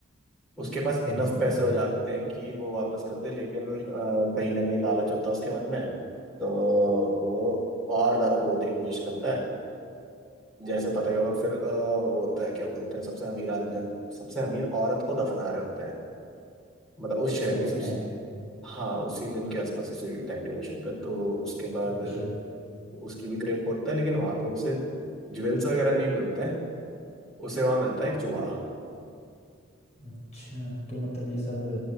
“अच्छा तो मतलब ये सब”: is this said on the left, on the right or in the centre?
Left